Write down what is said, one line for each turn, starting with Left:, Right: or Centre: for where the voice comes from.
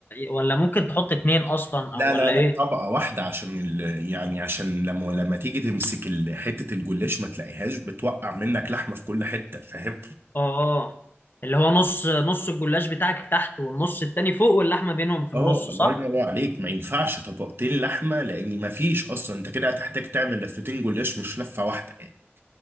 Left: ولا ممكن تحط اتنين اصلا
Right: لا
Left: او ولا
Right: لا لا
Left: ايه
Right: طبقه واحده عشان ال... يعني عشان لما لما تيجي تمسك ال- حته الجلاش ما تلاقيهاش بتوقع منك لحمه في كل حته فاهم
Left: اه اه اللي هو نص نص الجلاش بتاعك تحت والنص التاني فوق واللحمة بينهم في النص
Right: اه الله
Left: صح
Right: ينور عليك ما ينفعش طبقتين لحمه لان ما فيش اصلا انت كده هتحتاج تعمل لفتين جلاش مش لفه واحده يعني